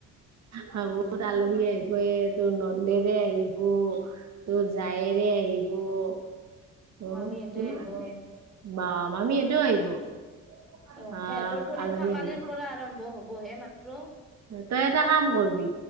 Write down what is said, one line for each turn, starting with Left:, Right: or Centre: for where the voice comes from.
Right: ভাবোঁ তোৰ আলহী আহিব তোৰ নন্দেৰে আহিব। ত' যায়েৰে আহিব। উম,
Centre: মামীহঁতে
Right: কিমান
Centre: আহিব অ
Right: বা মামিহঁতেও আহিব। আহ
Centre: অ', সিহঁতৰ পৰীক্ষা
Right: আলহী
Centre: কালিৰ
Right: আহিলে
Centre: পৰা আৰম্ভ হবহে মাত্ৰ।
Right: তই এটা কাম কৰবি